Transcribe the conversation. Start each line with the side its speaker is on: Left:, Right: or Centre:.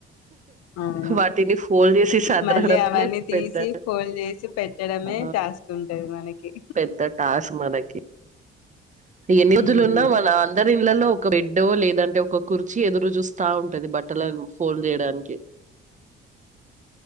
Left: అవున
Right: వాటిని ఫోల్డ్ చేసి సదరడమే
Left: మళ్ళీ అవన్నీ తీసి
Right: పెద్ద
Left: ఫోల్డ్ చేసి పెట్టడమే
Right: ఆ
Left: టాస్క్ ఉంటది మనకి
Right: పెద్ద టాస్క్ మనకి ఎన్ని యోధులున్నా
Left: మ్మ్
Right: మన అందరి ఇళ్ళలో ఒక డో లేద్ దంటే ఒక కుర్చీ ఎదురు చూస్తా ఉంటది బట్టల ఫోల్డ్ చేయడానికి